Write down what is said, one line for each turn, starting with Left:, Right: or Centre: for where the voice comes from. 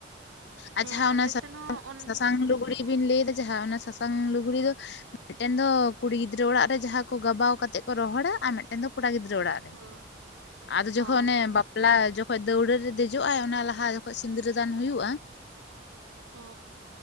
Left: ᱟᱨ
Right: ᱦᱮᱸ
Left: ᱡᱟᱦᱟ
Right: ᱟᱞᱮ
Left: ᱚᱱᱟ
Right: ᱥᱮᱱ ᱦᱚᱸ ᱚᱱ
Left: ᱥᱟᱥᱟᱝ ᱞᱩᱜᱽᱲᱤ ᱵᱤᱱ ᱞᱟᱹᱭᱫᱟ ᱡᱟᱦᱟᱸ ᱚᱱᱟ ᱥᱟᱥᱟᱝ ᱞᱩᱜᱽᱲᱤ ᱫᱚ ᱢᱤᱴᱮᱱ ᱫᱚ ᱠᱩᱲᱤ ᱜᱤᱫᱽᱨᱟᱹ ᱚᱲᱟᱜ ᱨᱮ ᱡᱟᱦᱟᱸ ᱠᱚ ᱜᱟᱵᱟᱣ ᱠᱟᱛᱮᱜ ᱠᱚ ᱨᱚᱦᱚᱲᱟ, ᱟᱨ ᱢᱤᱫᱴᱮᱱ ᱫᱚ ᱠᱚᱲᱟ ᱜᱤᱫᱽᱨᱟᱹ ᱚᱲᱟᱜ
Right: ᱦᱳᱭ
Left: ᱟᱫᱚ
Right: ᱦᱳᱭ
Left: ᱡᱚᱠᱷᱚᱱᱮ ᱵᱟ ᱯᱞᱟ ᱡᱚᱠᱷᱚᱡ ᱫᱟᱹᱣᱲᱟᱹ ᱨᱮ ᱫᱮᱡᱚᱜ ᱟᱭ ᱚᱱᱟ ᱞᱟᱦᱟ ᱡᱚᱠᱷᱚᱡ ᱥᱤᱸᱤᱫᱨᱟᱹ ᱫᱟᱱ ᱦᱩᱭᱩᱜᱼᱟ
Right: ᱦᱚ